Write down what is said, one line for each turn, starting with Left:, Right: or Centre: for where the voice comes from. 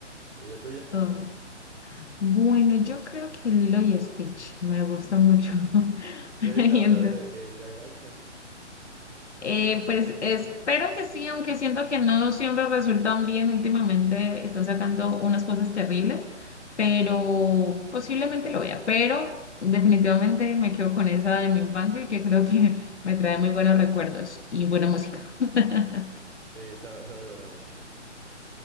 Right: ¿Y la tuya?
Left: Oh. Bueno, yo creo que Lilo y Stitch me gusta mucho. <laughs>
Right: Y
Left: Y
Right: ahorita vas
Left: entonces,
Right: a ver eh, eh, live action.
Left: eh, pues espero que sí, aunque siento que no siempre resultan bien. Últimamente están sacando unas cosas terribles, pero posiblemente lo vea. Pero definitivamente me quedo con esa de mi infancia y que creo que <laughs> me trae muy buenos recuerdos y buena música. <laughs>
Right: Sí, está, está muy buena la música.